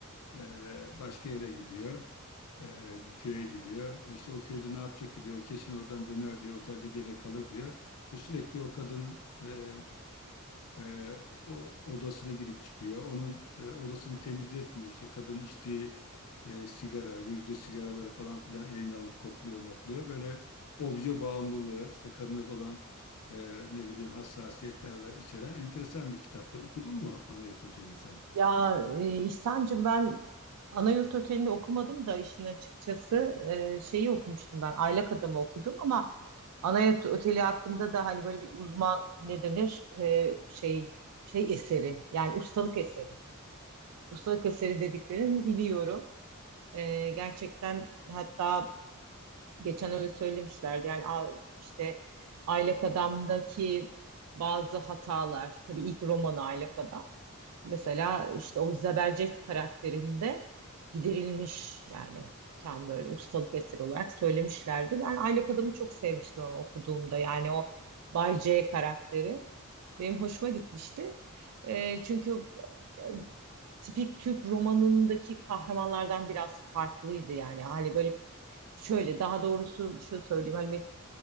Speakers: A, on the left; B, on the right.
A: e, başka yere gidiyor. E, bir köye gidiyor. İşte o köyde ne yapacak ki diyor. O kesin oradan döner diyor. Otelde gene kalır diyor. Ve sürekli o kadının e, e, o odasına girip çıkıyor. Onun e, odasını temizletmiyor. İşte kadın içtiği e, sigara, rujlu sigaraları falan filan elinde alıp kokluyor, mokluyor. Böyle obje bağımlılığı, işte kadına olan e, ne bileyim hassasiyetlerle içeren enteresan bir kitaptı. Okudun mu Ana Yurt Oteli'ni sen?
B: Ya e, İhsan'cığım ben Anayurt Oteli'ni okumadım da işin açıkçası e, şeyi okumuştum ben Aylak Adam'ı okudum ama Anayurt Oteli hakkında da hani böyle bir uzman ne denir E, şey şey eseri yani ustalık eseri. Ustalık eseri dediklerini biliyorum. E, gerçekten hatta geçen öyle söylemişlerdi yani a- işte Aylak Adam'daki bazı hatalar tabii ilk romanı Aylak Adam. Mesela işte o Zebercet karakterinde giderilmiş yani tam böyle ustalık eseri olarak söylemişlerdi. Ben Aylak Adam'ı çok sevmiştim ama okuduğumda yani o Bay C karakteri benim hoşuma gitmişti. Ee, çünkü e, tipik Türk romanındaki kahramanlardan biraz farklıydı yani. Hani böyle şöyle daha doğrusu şu söyleyeyim hani